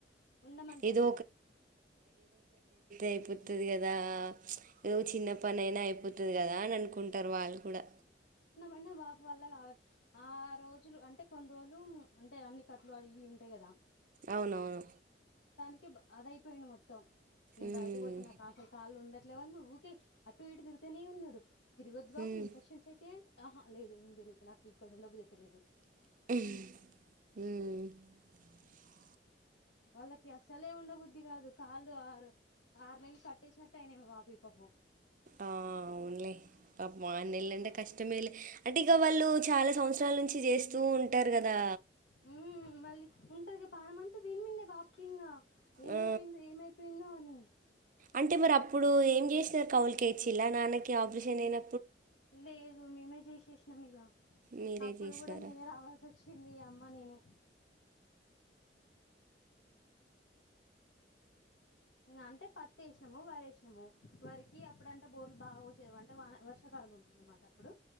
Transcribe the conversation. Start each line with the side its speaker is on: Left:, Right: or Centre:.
Left: ఉండమంటే
Right: ఏదో
Left: కూడా
Right: అయిపోతుంది కదా ఏదో చిన్న పని అయినా అయిపోతుంది కదా కదా అని అనుకుంటారు వాళ్ళు కూడా
Left: అన్న వాపు వల్ల కావాలి ఆ రోజులు అంటే కొన్ని రోజులు అంటే అన్ని కట్లు అన్నీ ఉంటాయి కదా
Right: అవునవును
Left: అద అయిపోయినా మ నేను
Right: ఉమ్
Left: బయటకి పోతే నాకు అసలు కాళ్ళు ఉండ ఇట్లే ఊకే అటు ఇటు తిరుగుతనే ఉన్నాడు తిరువద్ బాబు
Right: ఉమ్
Left: ఇన్ఫెక్షన్స్ అయితే ఆహా లేదు నేను తిరుగుతా నాకు ఇక్కడ ఉండబు తెెత్తలేదు
Right: హ
Left: వాళ్ళకి అస్సలే ఉండబుద్ధి కాదు కాళ్ళు ఆరు ఆరు నెలలు కట్టేసినట్ట అయినేమి పాప ఈ పాప
Right: ఆ అవునులే పా మాన్నళ్ళంటే కష్టమేలే అంటే ఇక వాళ్ళు చాలా సంవత్సరాల నుంచి చేస్తూ ఉంటారు కదా
Left: మ్మ్ మళ్ళీ ఉంటారు పాాలమంతా దీని మీన్నే బాప ముఖంగా ఏమైపోయిందో
Right: ఆ!
Left: ఏమైపోయిందో అని
Right: అంటే మరి అప్పుడు ఏం చేసినారు కవులుకచి ఇలా నాన్నకి ఆపరేషన్ అయిన
Left: లేదు మేమే చేస శేష్ణమిగా
Right: మీరే
Left: అప్పుడు
Right: చేసినారా?
Left: కూడా నేనే రావాల్సి వచ్చింది అమ్మ నేను అంటే పత్ వేసినాము వరేసినాము వరికి అప్పుడంటే బోర్లు బాగా వసే అంటేన వర్షాకాలంది అన్నమాట అప్పుడు